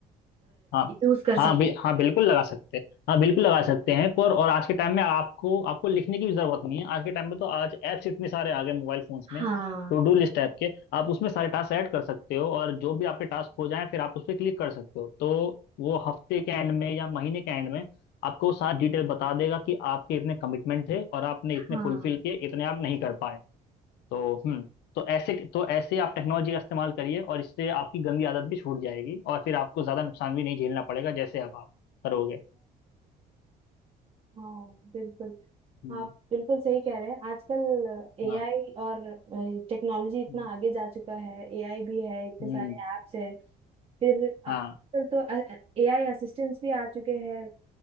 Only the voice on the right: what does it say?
यूज कर
सकते
हैं
हाँ
हाँ
हाँ बिल्कुल
आप बिल्कुल सही कह रहे हैं आजकल एआई
और टेक्नोलॉजी इतना
आगे जा चुका है एआई भी है इतने
सारे ऐप्स है फिर
आजकल तो एआई असिस्टेंट्स भी आ चुके हैं